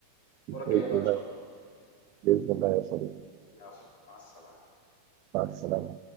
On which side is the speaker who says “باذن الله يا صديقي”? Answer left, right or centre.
Right